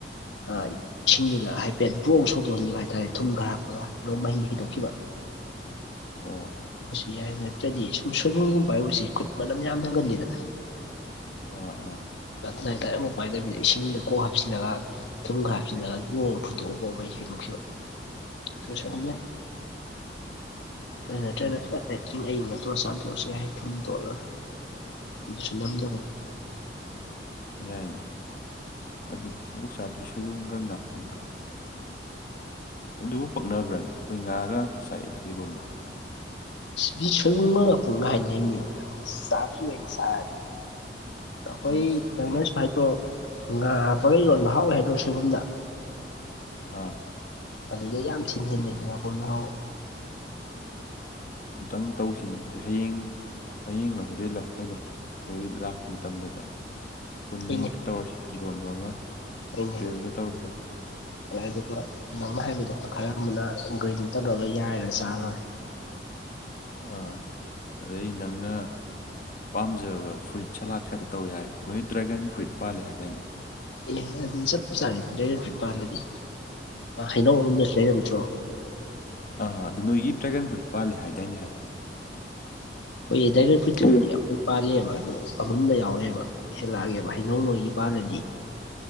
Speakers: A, on the left; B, on the left.
A: ꯑ
B: ꯑꯥ
A: ꯏꯁꯤꯡꯗꯨꯅ ꯍꯥꯏ ꯄꯦꯠ ꯕ꯭ꯔꯣꯛ ꯁꯧꯗꯣꯛꯍꯟꯈꯤꯕ ꯍꯥꯏꯇꯥꯔꯦ ꯊꯨꯝ ꯈꯔ ꯍꯥꯞꯄꯒ ꯑꯗꯨꯒ ꯃꯍꯤ ꯍꯩꯗꯣꯛꯈꯤꯕ
B: ꯑꯣ
A: ꯑꯁ ꯌꯥꯏ ꯅꯠꯇ꯭ꯔꯗꯤ ꯁꯨꯝ ꯁꯣꯏꯕꯨꯝꯒꯨꯝ ꯄꯥꯏꯕꯁꯤ ꯈꯨꯠ ꯃꯅꯝ ꯌꯥꯝ ꯅꯝꯒꯜꯂꯤꯗꯅ꯫
B: ꯑꯥ ꯑꯥ
A: ꯅꯥꯏꯇ ꯑꯃ ꯄꯥꯏꯗꯕꯤꯗ ꯏꯁꯤꯡꯗ ꯀꯣꯛ ꯍꯥꯞꯆꯤꯜꯂꯒ꯫ ꯊꯨꯝꯒ ꯍꯥꯞꯕꯁꯤꯜꯂ ꯂꯣꯡ ꯐꯨꯠꯇꯣꯛꯎ ꯃꯍꯤ ꯍꯩꯗꯣꯛꯈꯤꯕ ꯑꯗꯨꯁꯨ
B: ꯑꯣ
A: ꯑꯗꯨꯝ
B: ꯑꯣ
A: ꯌꯥꯏ ꯑꯗꯨ ꯅꯠꯇ꯭ꯔꯒꯅ
B: ꯍꯣꯏꯅꯦ
A: ꯐꯖꯇꯤꯡ ꯑꯌꯤꯡꯕ ꯑꯗꯨꯗ ꯆꯥꯝꯊꯣꯛꯑꯁꯨ ꯌꯥꯏ ꯊꯨꯝ ꯇꯣꯠꯂꯒ ꯁꯨ ꯅꯝꯗꯕꯅꯤ
B: ꯌꯥꯏꯅꯤ ꯑꯗꯨꯗꯤ ꯑꯃꯨꯛ ꯆꯥꯗ꯭ꯔꯤ ꯁꯣꯏꯕꯨꯝꯒ ꯉꯥꯛꯄꯨꯝꯒ ꯑꯗꯨꯕꯨ ꯄꯛꯅꯕ꯭ꯔꯅꯦ ꯑꯩꯈꯣꯏ ꯉꯥꯒ ꯉꯥꯛꯇ ꯆꯥꯏꯑ ꯑꯩꯈꯣꯏꯔꯣꯝꯕꯗꯤ
A: ꯕꯤꯁꯅꯂꯅꯨꯡ ꯄꯨꯡꯅ ꯍꯥꯏꯅꯩꯃꯤ ꯅꯪ ꯆꯗ꯭ꯔꯤꯌꯦ ꯁꯆꯥꯔꯗꯤ ꯑꯩꯈꯣꯏ
B: ꯑꯁ
A: ꯅꯪꯅꯁꯨ
B: ꯑꯩ
A: ꯍꯥꯏꯗ꯭ꯔꯣ ꯉꯥ ꯍꯥꯄ ꯌꯣꯟꯕ ꯍꯥꯎꯋꯏ ꯍꯥꯏꯗ꯭ꯔꯣ ꯁꯣꯏꯕꯨꯝꯗ꯫
B: ꯑꯥ
A: ꯑꯗꯨꯗꯩ ꯌꯥꯝ ꯊꯤꯟ ꯍꯦꯟꯖꯤꯅꯤꯡꯉꯥꯄꯔꯨꯝꯅꯥ ꯍꯥꯎꯕ
B: ꯑ ꯑꯃꯨꯇꯪ ꯇꯧꯁꯤꯅꯦ ꯑꯗꯨꯗꯤ ꯍꯌꯦꯡ ꯍꯌꯦꯡꯅ ꯍꯣꯔꯦꯟ ꯂꯥꯛ ꯀꯩꯅꯣ ꯍꯣꯔꯦꯟ ꯂꯥꯛꯄ ꯃꯇꯝꯗꯨꯗ ꯄꯨꯟꯅ
A: ꯑꯩꯅꯦ
B: ꯍꯦꯛꯇ ꯇꯧꯔꯁꯤ ꯏꯔꯣꯟꯕ ꯑꯃ
A: ꯑꯩꯅꯦ
B: ꯀꯔꯤꯜꯒ ꯇꯧꯔꯒ
A: ꯑꯗꯨꯒ ꯅꯪꯅ ꯍꯥꯏꯕꯗꯣ ꯈꯔ ꯑꯃꯅ ꯒ꯭ꯔꯤꯟ ꯇꯧꯔꯒ ꯌꯥꯏꯔ ꯆꯥꯂꯣꯏ
B: ꯑꯥ ꯑꯗꯩ ꯅꯪꯅ ꯄꯥꯝꯖꯕ ꯐ꯭ꯔꯨꯏꯠ ꯁꯂꯥꯠ ꯈꯛꯇ ꯇꯧ ꯌꯥꯔꯦ ꯅꯣꯏ ꯗ꯭ꯔꯥꯒꯟ ꯐ꯭ꯔꯨꯏꯠ ꯄꯥꯜꯂꯤꯦ ꯍꯥꯏꯗꯥꯏꯅꯦ꯫
A: ꯑꯦꯍꯦ ꯑꯗꯨꯗꯤ ꯆꯞ ꯆꯥꯔꯦꯅꯦ ꯗ꯭ꯔꯦꯒꯟ ꯐ꯭ꯔꯨꯏꯠ ꯄꯥꯥꯟꯜꯂꯗꯤ ꯍꯩꯅꯧ ꯑꯅꯁꯨ ꯂꯩꯔꯝꯗ꯭ꯔꯣ꯫
B: ꯑꯥ ꯑꯗꯣ ꯅꯣꯏꯒꯤ ꯗ꯭ꯔꯦꯒꯟ ꯐ꯭ꯔꯨꯏꯠ ꯄꯥꯜꯜꯂꯤ ꯍꯥꯏꯗꯥꯏꯅꯦ ꯍꯥꯏꯕ꯫
A: ꯍꯣꯏꯌꯦ ꯗ꯭ꯔꯥꯏꯒꯔ ꯐ꯭ꯔꯨꯏꯠꯇꯨꯗꯤ
B: ꯑꯣ
A: ꯑꯩꯈꯣꯏ ꯄꯥꯜꯂꯦꯕ ꯑꯗꯣ ꯑꯃꯨꯟꯕ ꯌꯥꯎꯋꯦꯕ ꯍꯦꯜꯂꯛꯑꯒꯦꯕ ꯍꯩꯅꯧ ꯅꯣꯏꯒꯤ ꯄꯥꯜꯂꯗꯤ꯫